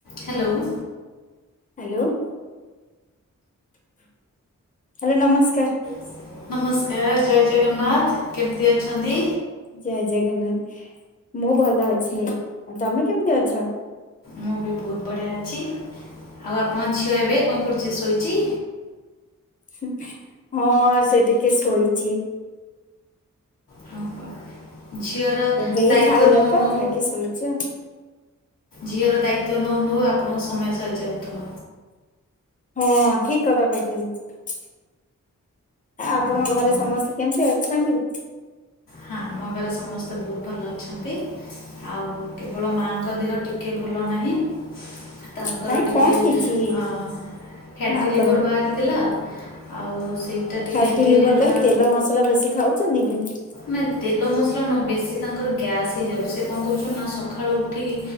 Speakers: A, on the left; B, on the left.
A: ହ୍ୟାଲୋ।
B: ହାଲୋ। ହାଲୋ ନମସ୍କାର।
A: <inaudible> ନମସ୍କାର ଜୟ ଜଗନ୍ନାଥ କେମତି ଅଛନ୍ତି?
B: ଜୟ ଜଗନ୍ନାଥ ମୁଁ ଭଲ ଅଛି ଆଉ ତମେ କେମତି ଅଛ?
A: ମୁଁ ବି ବୋହୁତ ବଢିଆ ଅଛି ଆଉ ଆପଣଙ୍କ ଝିଅ ଏବେ କଁ କରୁଚି ଶୋଇଚି?
B: ହୁଁ ହଁ ସେ ଟିକେ ଶୋଇଚି।
A: ହଁ, ହଁ। ଝିଅର
B: ଏବେ
A: ଦାୟିତ୍ୱ
B: ଏଇ ଖାଇଲା
A: ନେଉ
B: ତ
A: ନେଉ
B: ଖାଇକି ଶୋଇଚି ଆଉ।
A: ଝିଅର ଦାୟିତ୍ଵ ନଉ ନଉ ଆପଣଙ୍କ ସମୟ ସରିଯାଉଥୁବ।
B: ହଁ ଠିକ୍ କଥା କହିଛନ୍ତି। ଆ ଆପଣଙ୍କ
A: ହଁ, ହଁ।
B: ଘରେ ସମସ୍ତେ କେମତି ଅଛନ୍ତି?
A: ହଁ ଆମ ଘରେ ସମସ୍ତେ ବୋହୁତ ଭଲ ଅଛନ୍ତି। ଆଉ କେବଳ ମାଙ୍କ ଦେହ ଟିକେ ଭଲ ନାହିଁ। ତାଙ୍କର
B: କାଇଁ
A: ଟିକେ
B: କଣ ହେଇଛି
A: ଆଁ ଫ୍ୟାଟି
B: ମାଆଙ୍କର?
A: ଲିଭର୍ ବାହାରିଥିଲା। ଆଉ ସେଇଟା ଟିକେ
B: ଫ୍ୟାଟି
A: ଏବେ
B: ଲିଭର
A: ହେଲା
B: କାଇଁ? ତେଲ ମସଲା ବେଶୀ ଖାଉଛନ୍ତି କି?
A: ନାଇ ତେଲ ମସଲା ନ, ବେଶୀ ତାଙ୍କର ଗ୍ୟାସ୍ ହେଇଯାଉଛି। ସେ କଣ କରୁଛନ୍ତି ନା, ସକାଳୁ ଉଠିକି